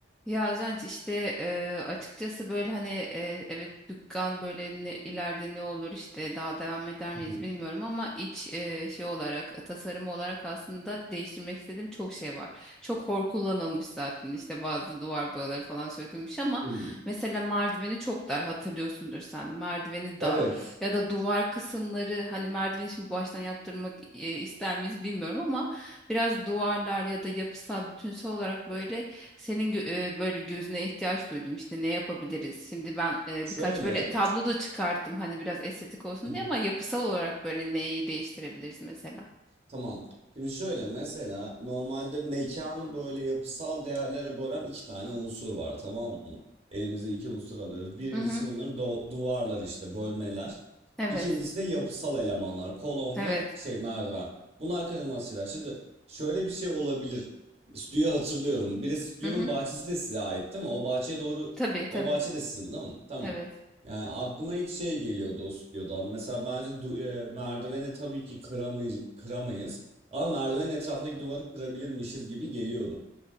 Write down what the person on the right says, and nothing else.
Hı hı.
Hmm.
Evet.
Şöyle.
Hı hı.
Tamam. Şimdi şöyle mesela normalde mekanı böyle yapısal değerlere bölen iki tane unsur var tamam mı? Elimize iki unsur alıyoruz. Birincisi
bunların do- duvarlar işte bölmeler.
İkincisi de yapısal elemanlar. Kolon
ve şey merdiven. Bunlar kaçınılmaz şeyler. Şimdi şöyle bir şey olabilir. Stüdyoyu hatırlıyorum. Bir de stüdyonun
bahçesi de size ait değil mi? O bahçeye doğru
o bahçe de sizin değil mi? Tamam.
Yani aklıma ilk şey geliyordu dost diyordan. Mesela bence du- e, merdiveni tabii ki kıramay kıramayız. Ama merdivenin etrafındaki duvarı kırabilirmişiz gibi geliyordu.